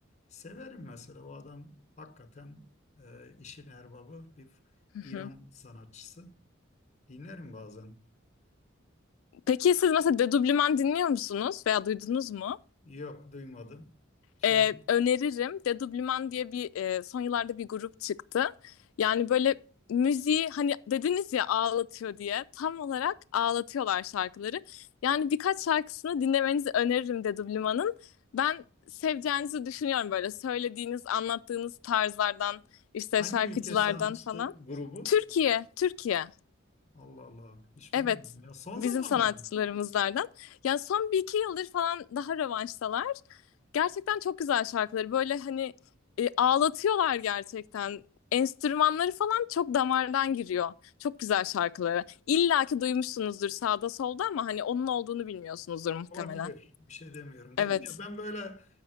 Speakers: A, on the left; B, on the left.
A: Severim mesela o adam hakikaten e, işin erbabı bir
B: hı hı.
A: İran sanatçısı. Dinlerim bazen.
B: Peki siz mesela dedublüman dinliyor musunuz veya duydunuz mu?
A: Yok duymadım. Kim?
B: Ee, öneririm. Dedoublement diye bir e, son yıllarda bir grup çıktı. Yani böyle müziği hani dediniz ya ağlatıyor diye tam olarak ağlatıyorlar şarkıları. Yani birkaç şarkısını dinlemenizi öneririm Dedoublement'ın. Ben seveceğinizi düşünüyorum böyle söylediğiniz, anlattığınız tarzlardan, işte
A: Hangi
B: şarkıcılardan
A: ülke sanatçısı
B: falan.
A: grubu?
B: Türkiye, Türkiye.
A: Allah Allah hiç
B: Evet,
A: duymadım ya. Son
B: bizim
A: zamanların
B: sanatçılarımızlardan. Yani son bir iki yıldır falan daha rövanştalar. Gerçekten çok güzel şarkıları. Böyle hani e, ağlatıyorlar gerçekten. Enstrümanları falan çok damardan giriyor. Çok güzel şarkıları. İlla ki duymuşsunuzdur sağda solda ama hani onun olduğunu bilmiyorsunuzdur muhtemelen.
A: Olabilir. Bir şey demiyorum. Dedim
B: Evet.
A: ya ben böyle